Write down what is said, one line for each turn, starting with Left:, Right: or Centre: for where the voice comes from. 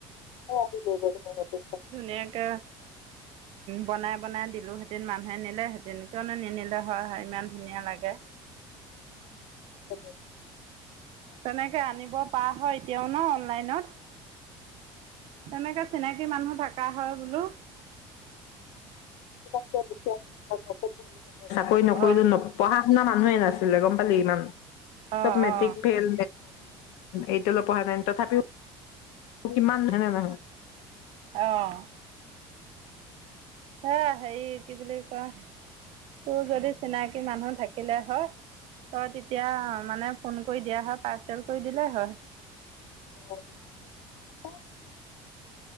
Left: অ হহৈ যাব আজি
Right: ধুনীয়াকৈ বনাই বনাই দিলোঁ সেঁতেন মানুহে নিলেহেঁতেন কিয়নো নিনিলে হয় হয় ইমান ধুনীয়া লাগে
Left: অ
Right: তেনেকে আনিব পৰা হয় কিন ন অনলাইনত? তেনেকে চিনাকী মানুহ থকা হয় বোলো
Left: গু ছি আহিলো হয় <unintelligible> চাকৰি নকৰিলো
Right: অ
Left: ন পঢ়া যোৱা মানুহে নাছিলে গম পালি ইমান
Right: অ
Left: চব মেট্ৰিক
Right: অ
Left: ফেল এইটো অলপ পঢ়া টাইম তথাপিও কিমান হয় নে নহয়‌?
Right: অহ হয় হেৰি কি বুলি কয় তোৰ যদি চিনাকি মানুহ থাকিলে হয়। তই তেতিয়া মানে। ফোন কৰি দিয়া হয় পাৰ্চেল কৰি দিলেই হয়।
Left: অ আহিলে হয়।